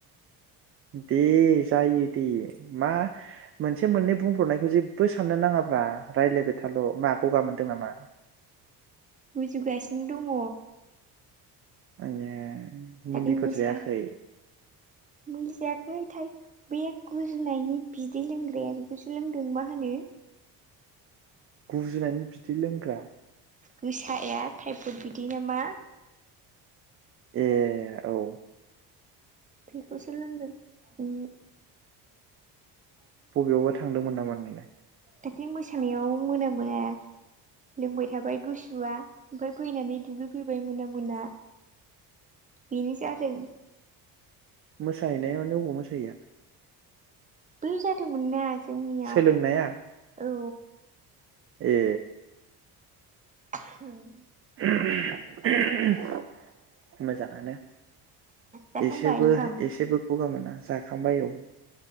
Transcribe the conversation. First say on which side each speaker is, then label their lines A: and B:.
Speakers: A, on the right; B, on the right.
A: दे जायो दे मा मोनसे मोननै बुंफ्रबनायखौ जेब बो साननो नाङाब्रा रायज्लायबाय थाल' मा गगा मोनदों नामा
B: गुजुगासिनो दङ
A: आयै
B: दाख
A: मुलिफोर
B: बे मोसा
A: जायाखै
B: मुलि जायाखैथाय बे गुजुनायनि बिदै लोंग्राया बेखौसो लोंदों मा होनो
A: गुजुनायनि बिदै लोंग्रा
B: गोसाया टाइफुद बिदि नामा
A: ए औ
B: बिखौसो लोंदों उ
A: बबेयावबा थांदोंमोन नामा नोंलाय
B: दाख्लि मोसानायाव मोना मोना लोंबाय थाबाय गुसुआ ओमफ्राय फैनानै दुगैफैबाय मोना मोना बेनो जादों
A: मोसाहैनायानो अबाव मोसाहैया
B: बै जादोंमोन ना जोंनियाव
A: सोलोंनाया
B: औ
A: ए
B: उ <inaudible>
A: <inaudible> मोजाङानो
B: जाखांबाय
A: एसेबो-एसेबो
B: ओंखाम
A: फगा मोना जाखांबाय औ।